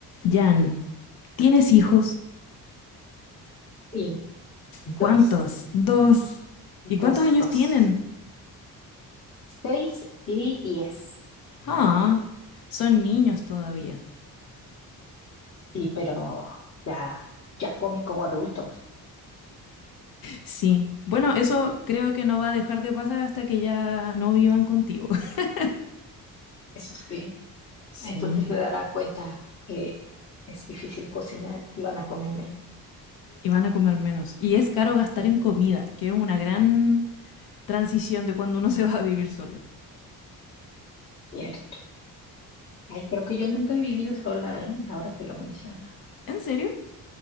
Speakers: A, on the left; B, on the left.
A: Jan, ¿tienes hijos?
B: Sí, dos,
A: ¿Cuántos? Dos.
B: dos,
A: ¿Y cuántos años
B: dos.
A: tienen?
B: Seis y diez
A: Ah,
B: años.
A: son niños todavía.
B: Sí, pero ya, ya comen como adultos,
A: Sí. Bueno, eso creo que no va a dejar de pasar hasta que ya no vivan contigo. <laughs>
B: eso sí.
A: Sí.
B: Entonces se darán cuenta que es difícil cocinar y van a comer menos.
A: Y van a comer menos. Y es caro gastar
B: sí,
A: en comida, que es una gran transición de cuando uno se va a vivir solo.
B: cierto. Ay, creo que yo nunca he vivido sola, ¿eh? Ahora que lo mencionas,
A: ¿En serio?